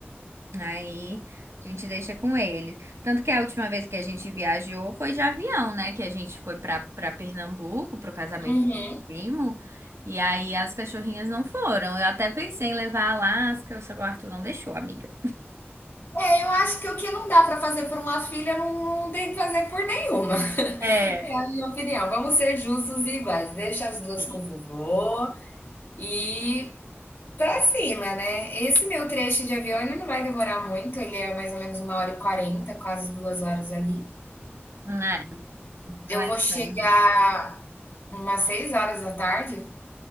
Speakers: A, on the right; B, on the left.
A: Aí a gente deixa com eles. Tanto que a última vez que a gente viajou foi de avião, né? Que a gente foi para para Pernambuco pro casamento
B: Uhum.
A: do meu primo. E aí as cachorrinhas não foram. Eu até pensei em levar a Alaska, só que o Arthur não deixou, amiga.
B: É, eu acho que o que não dá pra fazer por uma filha, não, não tem que fazer por nenhuma. <laughs>
A: É.
B: É a minha opinião. Vamos ser justos e iguais. Deixa as duas
A: E-
B: com o vovô e Pra cima, né? Esse meu trecho de avião, ele não vai demorar muito, ele é mais ou menos uma hora e quarenta, quase duas horas ali.
A: Não é, não
B: Eu
A: é
B: vou chegar
A: tão. né?
B: umas seis horas da tarde